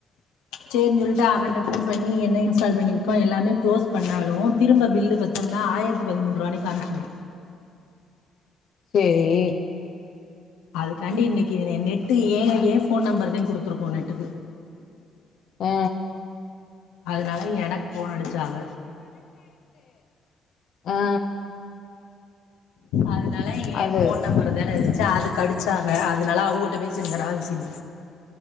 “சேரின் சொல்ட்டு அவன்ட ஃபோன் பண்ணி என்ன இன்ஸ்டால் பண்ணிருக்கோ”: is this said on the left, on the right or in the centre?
Left